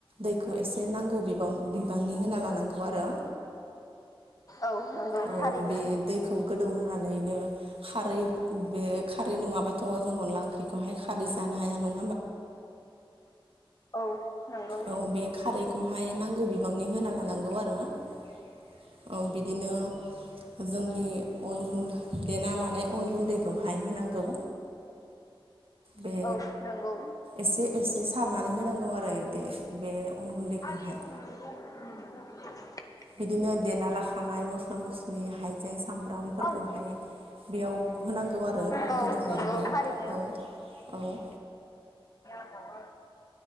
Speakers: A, on the right; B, on the left.
A: दैखौ एसे नांगौ बि बांनि होना लानांगौ आरो
B: औ नंगौ
A: औ
B: थारैनो
A: बे दैखौ गोदौहोनानैनो खारै बे खारै नङाबाथ जों अनला ओंख्रिखौहाय खारै जानो हाया नङ
B: औ नंगौ
A: औ बे खारैखौहाय नांगौ बिबांनि होना लानांगौ आरो औ बिदिनो जोंनि अन गुन्द देना लानाय अन गुन्दैखौ हाय होनांगौ बे
B: औ नोंगौ
A: एसे एसे सारनानै होनांगौ आरो इदि बे अन
B: <inaudible>
A: गुन्दैखौहाय बिदिनो देना लाखानाय मस्ला मस्लि हाइजें सामब्रामफोरखौ
B: औ
A: हाय बेयाव होनांगौ आरो
B: औ
A: गोदौनायावहाय
B: नंगौ थारैनो
A: औ औ
B: <inaudible>